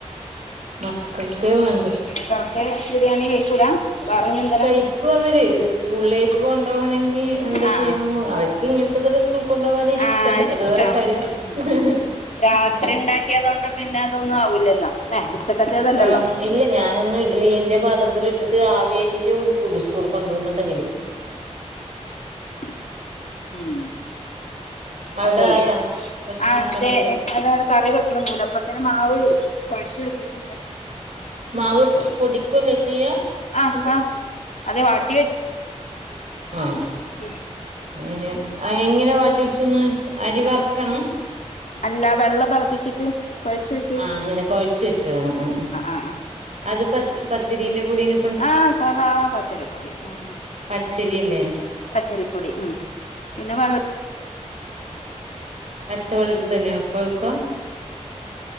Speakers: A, on the right; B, on the left.
A: മക്കൾക്കെ വേണ്ടു
B: ചോക്ക് ബിരിയാണി കഴിക്കൂല വേറെനൊന്നും
A: കഴിക്കും അവര് സ്കൂളിലേക്ക് കൊണ്ടു പോണങ്കി എന്താ
B: ആഹ്
A: ചെയ്യാമോ അവർക്ക് ഇങ്ങനത്തെതല്ല. സ്കൂൾ കൊണ്ടോവാന് ഇഷ്ടം
B: ആഹ് ഇഷ്ടം
A: അത് വേറെ കാര്യം.
B: ഉം
A: ഹേ
B: ഉം
A: ഹെ
B: രാത്രി
A: ഹേ
B: ഉണ്ടാക്കിയതൊണ്ട് പിന്നെ അതൊന്നും ആവുല്ലല്ലോ ല്ലേ? ഉച്ചക്കത്തേതല്ലല്ലോ.?
A: ആഹ് ഇല്ല ഞാനൊന്ന് ഇഡലീന്റെ പാത്രത്തിലിട്ടിട്ട് ആവിയേറ്റിട്ട് കൊടുക്കൂ ളു. സ് കൂൾകൊണ്ടോകുന്നുണ്ടെങ്കില്.
B: <inaudible> ഉും
A: അവിടെ
B: അല്ലെ
A: ആയാ ഭക്ഷണം
B: ആ
A: ആക്കാൻ
B: അതെ.
A: നോക്കിയ
B: അതാ കറിവെക്കണ് ന്നൂലഅപ്പതിന് മാവ് കുഴച്ച് വെച്ചിട്ട്ണ്ട്.
A: മാവ് പൊടിക്കല്ലേ ചെയ്യ്യാ
B: ആഹ്
A: എൻ്റെ്
B: ആഹ് അതെ വാട്ടി
A: ആഹാ
B: ഹും
A: അയിന് എങ്ങനെ വാട്ടി വച്ചുന്ന് അരി വർക്കണം.
B: അല്ല വെള്ളം തളപ്പിച്ചിട്ട്. കുഴച്ചു വ
A: ആഹ അങ്ങനെ കൊഴച്ച് വെച്ച് ആ ആ
B: ആഹ്
A: അത് പത് പത്തിരിന്റെ പൊടിന്
B: ആ സാദാ പത്തിരിപ്പൊടി ഉം.
A: പച്ചരിയല്ലേ
B: പച്ചരിപ്പൊടി ഉും പിന്നെ വൽ
A: പച്ച വെള്ളത് തന്നെയാ കൊഴ്ക്കാ.